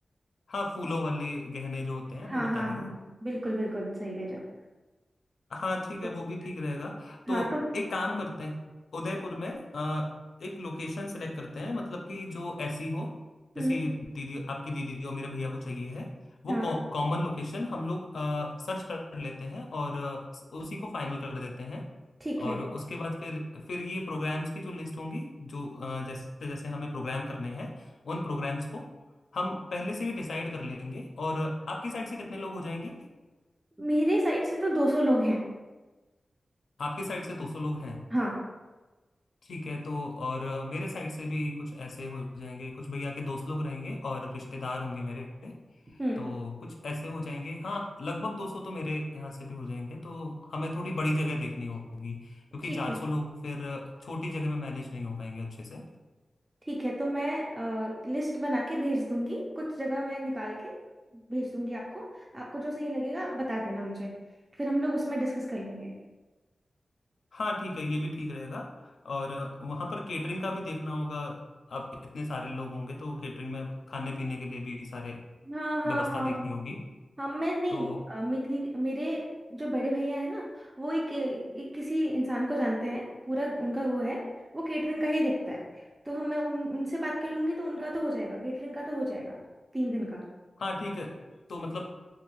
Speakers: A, on the left (about 80°); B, on the right (about 30°).
A: हाँ फूलों वाले गहने जो होते हैं
B: हाँ
A: वो बता
B: हाँ
A: रही
B: हाँ हाँ,
A: हो
B: बिल्कुल बिल्कुल सही कह रहे हो
A: हाँ ठीक
B: कर
A: है
B: सकते
A: वो भी ठीक
B: हैं।
A: रहेगा तो
B: हाँ तो
A: एक काम करते हैं उदयपुर में अ, एक लोकेशन सेलेक्ट करते हैं मतलब कि जो ऐसी हो
B: हम्म
A: जैसे दीदी आपकी दीदी और मेरे भैया को चाहिए है वो
B: हाँ
A: कॉमन लोकेशन हम लोग सर्च कर लेते हैं और अ, उसी को फाइनल कर देते हैं
B: ठीक
A: और
B: है
A: उसके बाद फिर फिर ये प्रोग्राम्स की जो लिस्ट होंगी जो अ, जैसे जैसे हमें प्रोग्राम करने हैं उन प्रोग्राम्स को हम पहले से ही डिसाइड कर लेंगे और आपकी साइड से कितने लोग हो जाएंगे
B: मेरे साइड से तो 200 लोग हैं
A: आपकी साइड से 200 लोग
B: हाँ
A: ठीक है तो और अ, मेरे साइड से भी कुछ ऐसे हो जाएंगे कुछ भैया के दोस्त लोग रहेंगे और रिश्तेदार होंगे मेरे
B: हम्म
A: तो कुछ ऐसे हो जाएंगे हाँ लगभग 200 तो मेरे यहाँ से भी हो जाएंगे तो हमें थोड़ी बड़ी जगह देखनी होगी क्योंकि
B: ठीक
A: 400
B: है
A: लोग फिर अ, छोटी जगह में मैनेज नहीं हो पाएंगे अच्छे से
B: ठीक है तो मैं लिस्ट बना के भेज दूंगी कुछ जगह मैं निकाल के भेज दूंगी आपको आपको जो सही लगेगा आप बता देना मुझे फिर हम लोग उसमें डिस्कस कर लेंगे
A: हाँ ठीक है ये भी ठीक रहेगा और अ, वहाँ पर केटरिंग का भी देखना होगा आप इतने सारे लोग होंगे तो केटरिंग में खाने पीने के लिए भी सारे
B: हाँ हाँ
A: व्यवस्था
B: हाँ
A: देखनी होगी
B: हाँ मैं नहीं
A: तो
B: अ, मेरी मेरे जो बड़े भैया है ना वो एक, एक किसी इंसान को जानते हैं पूरा उनका वो है वो केटरिंग का ही देखता है तो हम मैं उन, उनसे बात कर लूंगी तो उनका तो हो जाएगा केटरिंग का तो हो जाएगा तीन दिन का
A: हाँ ठीक है तो मतलब